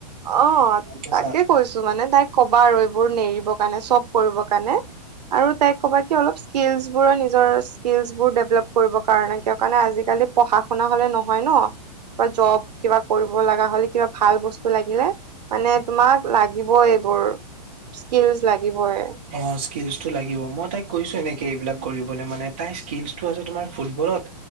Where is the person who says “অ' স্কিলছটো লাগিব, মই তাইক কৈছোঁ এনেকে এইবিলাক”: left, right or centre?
Right